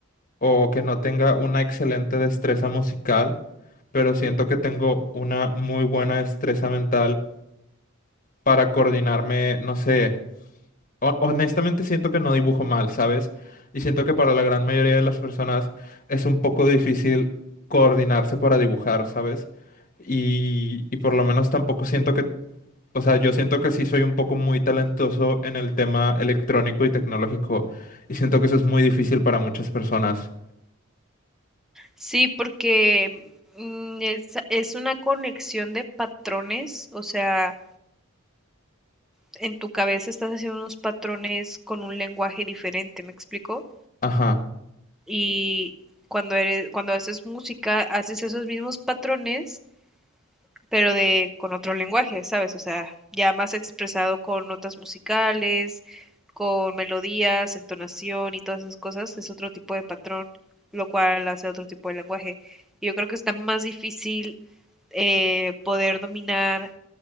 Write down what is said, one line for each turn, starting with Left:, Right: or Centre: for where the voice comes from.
Left: o que no tenga una excelente destreza musical, pero siento que tengo una muy buena destreza mental para coordinarme, no sé. ho- honestamente siento que no dibujo mal, ¿sabes? Y siento que para la gran mayoría de las personas es un poco difícil coordinarse para dibujar, ¿sabes? Y, y por lo menos tampoco siento que, o sea, yo siento que sí soy un poco muy talentoso en el tema electrónico y tecnológico. Y siento que eso es muy difícil para muchas personas.
Centre: Sí, porque mm, es, es una conexión de patrones, o sea, en tu cabeza estás haciendo unos patrones con un lenguaje diferente, ¿me explico?
Left: Ajá.
Centre: Y cuando eres, cuando haces música, haces esos mismos patrones pero de con otro lenguaje, ¿sabes? O sea, ya más expresado con notas musicales, con melodías, entonación y todas esas cosas, es otro tipo de patrón, lo cual hace otro tipo de lenguaje. Y yo creo que está más difícil eh, poder dominar